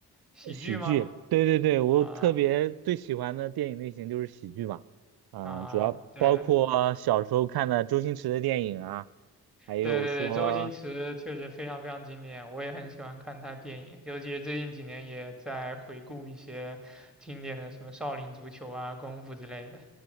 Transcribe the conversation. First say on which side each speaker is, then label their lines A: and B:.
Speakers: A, in the centre; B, on the right (about 60°).
A: 喜剧吗？
B: 呃喜剧，对对对，我特别最喜欢的电影类型就是喜剧嘛，
A: 啊
B: 嗯，
A: 啊，
B: 主要包括小时候看的周星驰的电影啊，
A: 对
B: 还有嗯说
A: 对对对，周星驰确实非常非常经典，我也很喜欢看他电影，尤其是最近几年也在回顾一些经典的什么《少林足球》啊、《功夫》之类的